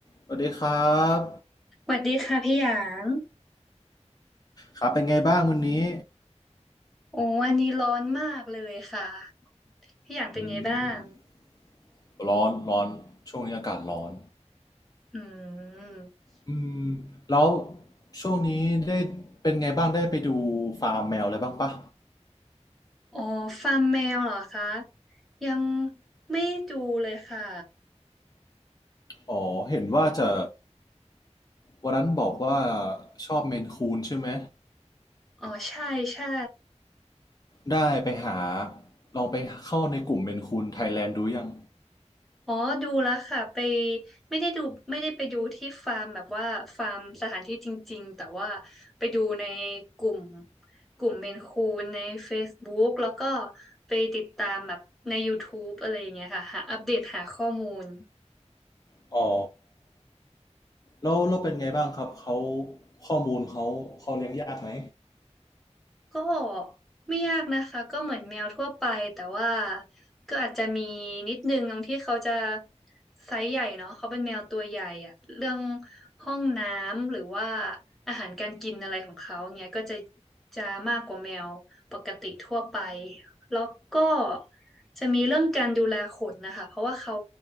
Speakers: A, on the left; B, in the centre.
A: สวัสดีครับ
B: สวัสดีค่ะพี่หยาง
A: ครับเป็นไงบ้างวันนี้
B: โอ้วันนี้ร้อนมากเลยค่ะ พี่หยางเป็นไงบ้าง
A: อืม ร้อน ร้อนช่วงนี้อากาศร้อน
B: อืม
A: อืม แล้วช่วงนี้ได้เป็นไงบ้างได้ไปดูฟาร์มแมวอะไรบ้างปะ
B: อ๋อฟาร์มแมวเหรอคะ ยังไม่ดูเลยค่ะ
A: อ๋อเห็นว่าจะวันนั้นบอกว่าชอบเมนคูนใช่ไหม
B: อ๋อใช่ใช่
A: ได้ไปหาลองไปเข้าในกลุ่มเมนคูนไทยแลนด์ดูยัง
B: อ๋อดูแล้วค่ะไปไม่ได้ดูไม่ได้ไปดูที่ฟาร์มแบบว่าฟาร์มสถานที่จริงๆแต่ว่าไปดูในกลุ่มกลุ่มเมนคูนใน Facebook แล้วก็ไปติดตามแบบใน YouTube อะไรอย่างเงี้ยค่ะหาอัปเดตหาข้อมูล
A: อ๋อแล้วเราเป็นไงบ้างครับเขาข้อมูลเขาเขาเลี้ยงยากไหม
B: ก็ไม่ยากนะคะก็เหมือนแมวทั่วไปแต่ว่าก็อาจจะมีนิดนึงตรงที่เขาจะไซส์ใหญ่เนาะเขาเป็นแมวตัวใหญ่อะเรื่องห้องน้ำหรือว่าอาหารการกินอะไรของเขาเงี้ยก็จะจะมากกว่าแมวปกติทั่วไปแล้วก็จะมีเรื่องการดูแลขนนะคะเพราะว่าเขา